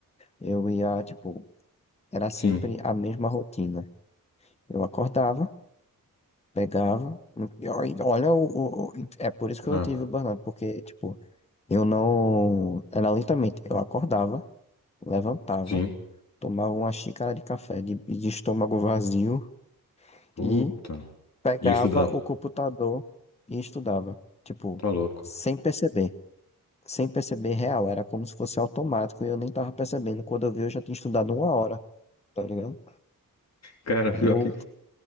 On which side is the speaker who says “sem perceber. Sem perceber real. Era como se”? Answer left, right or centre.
Left